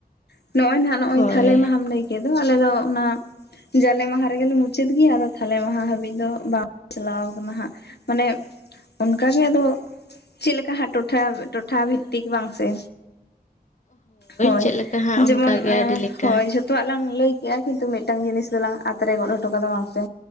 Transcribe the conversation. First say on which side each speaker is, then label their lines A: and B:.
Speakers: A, on the left; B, on the left.
A: ᱦᱮᱸ ᱱᱚᱜ-ᱚᱭ ᱱᱟᱦᱟᱸᱜ ᱱᱚᱜ-ᱚᱭ
B: ᱦᱳᱭ
A: ᱛᱷᱟᱞᱮ ᱢᱟᱦᱟᱢ ᱞᱟᱹᱭ ᱠᱮᱫ ᱫᱚ ᱟᱞᱮ ᱫᱚ ᱚᱱᱟ ᱡᱟᱞᱮ ᱢᱟᱦᱟ ᱨᱮᱜᱮᱞᱮ ᱢᱩᱪᱟᱹᱫ ᱜᱮᱭᱟ ᱟᱫᱚ ᱛᱷᱟᱞᱮ ᱢᱟᱦᱟ ᱦᱟᱹᱵᱤᱡ ᱫᱚ ᱵᱟᱝ ᱪᱟᱞᱟᱣ ᱠᱟᱱᱟ ᱦᱟᱸᱜ᱾ ᱢᱟᱱᱮ ᱚᱱᱠᱟᱜᱮ ᱟᱫᱚ ᱪᱮᱫ ᱞᱮᱠᱟ ᱦᱟᱸᱜ ᱴᱚᱴᱷᱟ ᱴᱚᱴᱷᱟ ᱵᱷᱤᱛᱛᱤᱠ ᱵᱟᱝᱥᱮ? ᱦᱳᱭ
B: ᱪᱮᱫ ᱞᱮᱠᱟ ᱦᱟᱸᱜ
A: ᱡᱮᱢᱚᱱ
B: ᱚᱱᱠᱟ ᱜᱮ
A: ᱟ
B: ᱟᱹᱰᱤ ᱞᱮᱠᱟ
A: ᱦᱳᱭ ᱡᱚ ᱛᱚ ᱟᱞᱟᱝ ᱞᱟᱹᱭ ᱠᱮᱜ-ᱟ ᱠᱤᱱᱛᱩ ᱢᱤᱫᱴᱟᱝ ᱡᱤᱱᱤᱥ ᱫᱚᱞᱟᱝ ᱟᱛᱮᱨᱮ ᱜᱚᱫ ᱦᱚᱴᱚ ᱠᱟᱫᱟ ᱵᱟᱝ ᱥᱮ?